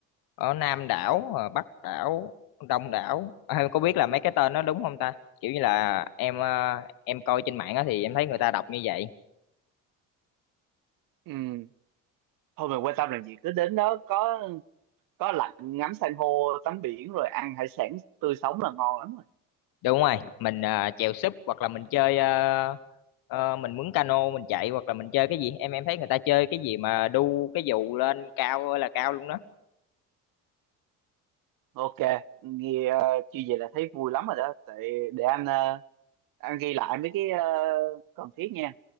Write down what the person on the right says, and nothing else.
ừ. thôi mình quan tâm làm gì cứ đến đó có có lạnh ngắm san hô tắm biển rồi ăn hải sản tươi sống là ngon lắm rồi
ok nghe uh, như vậy là thấy vui lắm rồi đó tại để anh ờ, anh ghi lại mấy cái ờ, cần thiết nha